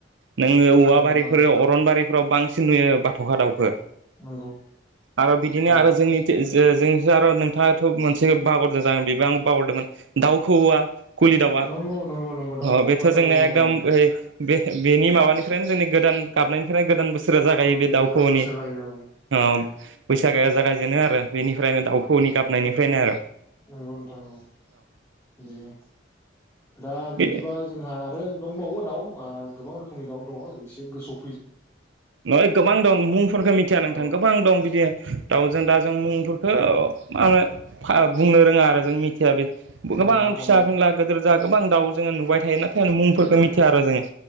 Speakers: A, on the right (about 75°); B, on the left (about 15°).
A: नोङो औवा
B: नंगौ नोंथां
A: फ्राव अरनबारिफ्राव बांसिन नुयो बाथ'खा दाउखो
B: नंगौ
A: आर' बिदिनो
B: औ
A: आरो जोंनि जे जो जों आर' नोंथाङाथ' मोनसे बावारदो दां बिबो आं बावरदोंमोन दाउ खौऔवा कुलि दाउवा
B: नंगौ नंगौ नंगौ दाउ
A: अ
B: खौवौआथ'
A: बेथ' जोंनाया
B: जोंनिया
A: एकदम
B: औ
A: ओइ बे बेनि माबानिफ्रायनो जोंनि गोदान गाबनायनिफ्रायनो गोदान बोसोरा जागायो
B: औ जोंनि
A: बे दाउखौनि।
B: गोदान बोसोर जायो औ
A: अ बैसागोआ जागायजेनो आरो बेनिफ्रायनो दाउखौनि गाबनायनिफ्रायनो आर'।
B: नंगौ नोंथां औ बेनो दा बिदिबा
A: अ
B: जोंहा आरो दंबावो दाउ ओ गोबां रोखोमनि दाउ दङ एसे गोसौ
A: नय गोबां दं मुंफोरखो मिथिया
B: औ
A: नोंथां गोबां दं बिदियो दाउजों दा जों मुंफोरखौ मानो फा बुंनो रोङा आरो जों मि थिया बे बो गोबां
B: उम
A: फिसा
B: आरो
A: फिला गोदोर जोंहा गोबां दाउ जोङो नुबाय थायो नाथाय मुंफोरफोरखौ मिथिया आरो जोङो